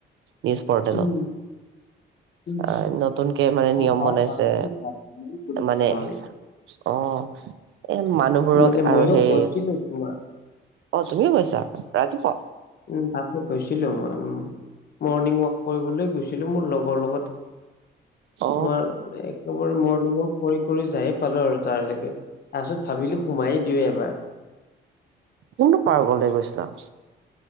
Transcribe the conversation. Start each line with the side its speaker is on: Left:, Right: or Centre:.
Right: নিউজ পৰ্টেলত
Left: উম, উম,
Right: অ, নতুনকে মানে নিয়ম
Left: অ', হয়,
Right: বনাইছে
Left: হয়, সেইটো হয়, ময়ো গৈছোঁ
Right: মানে
Left: তাৰমানে।
Right: অ এ মানুহবোৰক
Left: মানে
Right: আৰু
Left: ময়ো
Right: সেই
Left: গৈছিলোঁ তোমাৰ,
Right: অ, তুমিও গৈছা ৰাতিপুৱা?
Left: উম তাকে গৈছিলোঁ মই উম মৰ্ণিং ৱাক কৰিবলৈ গৈছিলোঁ মোৰ লগৰ লগত।
Right: অ
Left: তোমাৰ একেবাৰে মৰ্ণিং ৱাক কৰি-কৰি যায়ে পালোঁ আৰু তাৰ লৈকে তাৰপিছত ভাবিলোঁ সোমাই দিওঁ এবাৰ।
Right: কোনটো পাৰ্কলৈ গৈছিলা?